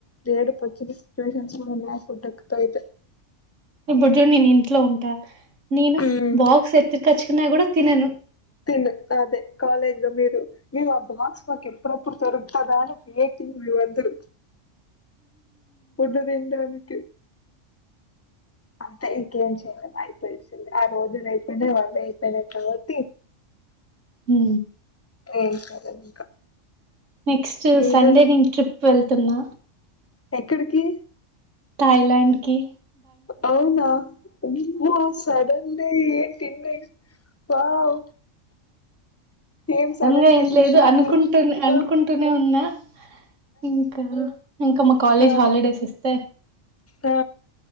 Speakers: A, on the left; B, on the right.
A: ఏడుపూ వచ్చింది సిట్యూవేషన్స్ వల్ల <unintelligible>
B: ఇప్పుడు చూడు నేను ఇంట్లో ఉంటా నేను
A: ఉమ్,
B: బాక్స్ ఎత్తుకచ్చుకున్నా కూడా తినను
A: తిను అదే కాలేజ్ లో మీరు మీ ఆ బాక్స్ మాకు ఎప్పుడప్పుడు దొరుకుతదా అని వెయిటి మూడు వందలు ఉన్నదింగా అంతే అంత ఇంకేం చేయలేము అయిపోలిసింది ఆ రోజులు అయితేయినే వళ అయిపోయినాయి కాబట్టి
B: ఉ
A: ఏం కాలేదు ఇంకా
B: నెక్స్ట్
A: మీరు
B: సండే నేను ట్రిప్ వెళ్తున్నా
A: ఎక్కడికి
B: థాయిలాండ్కి
A: అవునా ఇంత సడెన్ ఏం త్రిల్లింగ్ వావ్ ఏం సడన్
B: గా ఏం
A: విశేషాలు
B: లేదు అనుకుంటు అనుకుంటూనే
A: ఆ
B: ఉన్నా ఇంకా ఇంకా మా కాలేజ్
A: ఆ
B: హాలిడేస్ ఇస్తే
A: ఆ